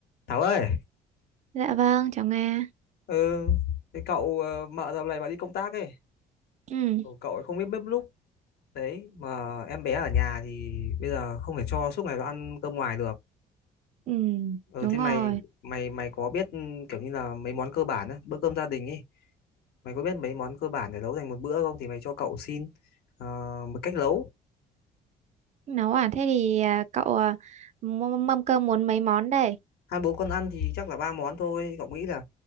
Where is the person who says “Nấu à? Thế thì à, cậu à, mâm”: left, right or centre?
Right